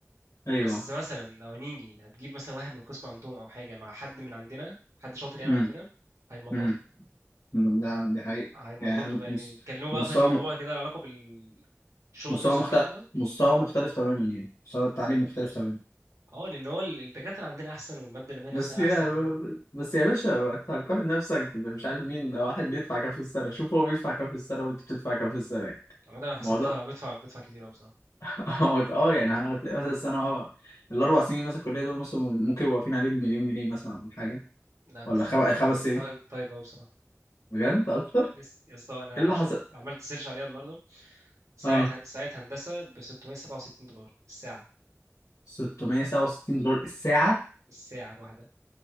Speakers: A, on the left; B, on the right.
A: ايوه
B: بس مثلا لو نيجي هتجيب مثلا واحد من القسم عندهم او حاجة مع حد من عندنا حد شاطر يعني
A: امم
B: من عندنا هيملطوا
A: امم ده دي حقيقة
B: هيملطوا
A: يعني مس-
B: يعني يتكلموا بقى
A: مستوى
B: في اي موضوع
A: م-
B: كده له علاقة بالشغل
A: مستوى
B: نفسه
A: مختلف
B: والكلام ده
A: مستوى مختلف تماما يعني مستوى التعليم مختلف تماما
B: اه لان هو الدكاترة عندنا احسن والمادة العلمية نفسها
A: بس يا
B: احسن
A: بس يا باشا انت هتقارن نفسك مش عارف مين ده واحد بيدفع كام في السنة شوف هو بيدفع كام في السنة وانت بتدفع كام في السنة يعني
B: عامة انا حسبتها
A: الموضوع
B: بدفع بدفع كتير قوي بصراحة
A: <laughs> هو اه يعني هتلاقي مثلا السنة اه الأربع سنين مثلا الكلية دول مثلا ممكن يبقوا واقفين عليه بمليون جنيه مثلا ولا حاجة
B: لا انت
A: ولا خم...
B: طيب
A: خمس
B: انت طيب
A: سنين
B: طيب قوي بصراحة
A: بجد أكتر
B: لسه يا اسطى انا
A: إيه اللي
B: شفت
A: حصل؟
B: عملت سيرش عليها النهارده ساعة
A: اه
B: هن- ساعة هندسة ب 667 دولار الساعة
A: 667 دولار الساعة
B: الساعة الواحدة